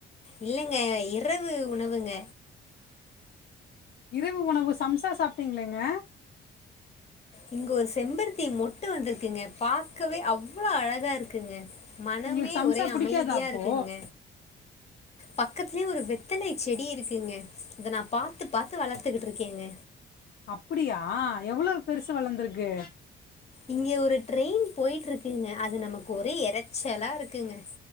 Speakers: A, on the left; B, on the left.
A: இல்லங்க இரவு உணவு ங்க
B: இரவு உணவு சம்சா சாப்பிட்டீங்களேங்க
A: இங்க ஒரு செம்பருத்தி மொட்டு வந்திருக்குங்க பாக்கவே அவ் அவ்ளவு அழகா இருக்குங்க மனமே
B: உங்களுக்கு சம்சா
A: ஒரே
B: புடிக்காதா
A: அமைதியா
B: அப்போ
A: இருக்குங்க பக்கத்துலயே ஒரு வெத்தலை செடி இருக்குங்க இத நான் பாத்து பாத்து வளத்துகிட்டு இருக்கேங்க
B: அப்படியா எவ்வளவு பெருசு வளந்துருக்கு
A: இங்க ஒரு ட்ரெயின் போயிட்டு இருக்குங்க அது நமக்கு ஒரே எரச்சலா இருக்குங்க